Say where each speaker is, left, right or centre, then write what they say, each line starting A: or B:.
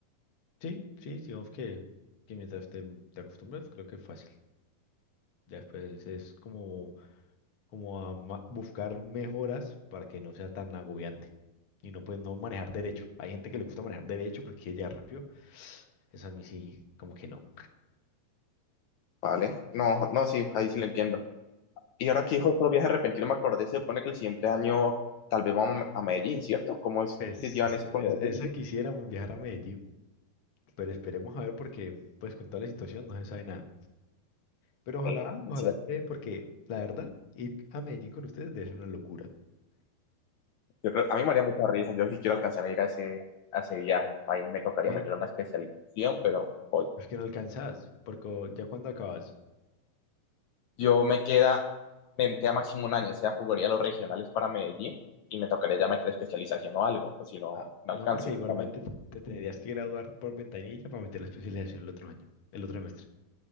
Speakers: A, on the left; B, on the left.
A: Sí, sí, digamos que, que mientras te, te acostumbras, creo que es fácil. Ya después es como como a ma- buscar mejoras para que no sea tan agobiante y no pues no manejar derecho. Hay gente que le gusta manejar derecho porque quiere llegar rápido. Eso a mí sí, como que no.
B: Vale, no, no, sí, ahí sí lo entiendo. Y ahora que dijo otro viaje repentino, me acordé, se supone que el siguiente año tal vez vamos a Me- a Medellín, ¿cierto? ¿Cómo es
A: Pues
B: que llevan eso con
A: es-
B: los
A: eso
B: de-
A: quisiéramos viajar a Medellín, pero esperemos a ver porque pues con toda la situación no se sabe nada. Pero ojalá,
B: eh,
A: ojalá
B: sí,
A: se dé, porque la verdad ir a Medellín con ustedes debe ser una locura.
B: Yo creo, a mí me haría mucha risa, yo sí quiero alcanzar a ir a ese, a ese viaje. Ahí me tocaría
A: Sí,
B: meter una especialización, pero voy.
A: Es que no alcanzas, porque ya cuando acabas.
B: Yo me queda, me queda máximo un año, o sea, jugaría los regionales para Medellín y me tocaría ya meter especialización o algo, o si no,
A: Ah,
B: no
A: No,
B: alcance.
A: porque igualmente
B: justamente.
A: te te tendrías que graduar por ventanilla para meter la especialización el otro año, el otro semestre.